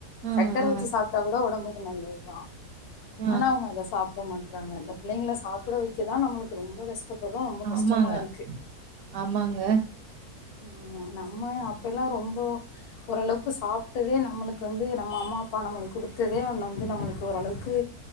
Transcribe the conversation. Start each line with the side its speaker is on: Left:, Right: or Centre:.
Right: ஆ
Left: சக்கர
Right: ஆ
Left: வச்சி சாப்ட்டா கூட ஒடம்புக்கு நல்லதுதா
Right: ஆ
Left: ஆனா அவுங்க அத சாப்ட மாட்றாங்க இந்த பிள்ளைங்கள சாப்ட வைக்கதா நம்மளுக்கு ரொம்ப கஷ் ட பறோ ரொம்ப கஷ்டமா
Right: ஆமாங்க
Left: இருக்கு
Right: ஆமாங்க
Left: ஆமா நம்ம அப்பைல்லா ரொம்போ ஓரளவுக்கு சாப்டதே நம்மளுக்கு வந்து நம்ம அம்மா அப்பா நம்மளுக் குடுத்ததே வந்து நம்மள்க் ஓரளவுக்கு